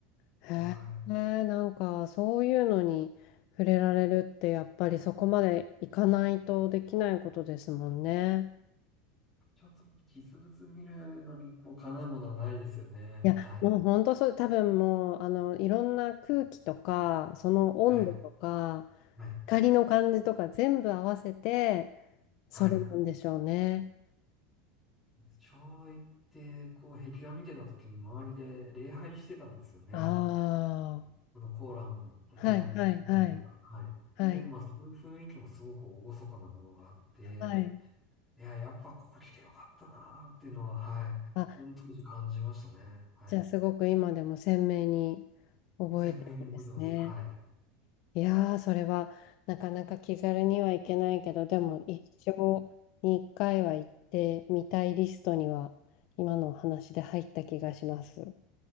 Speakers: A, on the left (about 40°); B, in the centre.
A: へ
B: はい。
A: え、なんかそういうのに触れられるって、やっぱりそこまでいかないとできないことですもんね。
B: ちょっと実物見るのに、こう、かなうものはないですよね。
A: いや、
B: はい。
A: もう本当そう、多分もう、あの、いろんな空気とか、その温度とか、
B: はい。はい。
A: 光の感じとか全部合わせて、それなんでしょうね。
B: はい。昭和行って、こう、壁画見てた時に周りで礼拝してたんですよね。
A: あ
B: あの、コーラン、
A: あ、
B: 隣にあるから、
A: はいはいはい、
B: はい。
A: はい、
B: で、まあ、そういう雰囲気もすごく厳かなものがあって、
A: はい。
B: いや、やっぱここ来てよかったなーっていうのは、はい。
A: あ、
B: うん当時感じましたね。はい。
A: じゃあすごく今でも鮮明に覚えてるんですね。
B: 鮮明に覚えてます。はい。
A: いやー、それはなかなか気軽にはいけないけど、でも一生に一回は行ってみたいリストには、今のお話で入った気がします。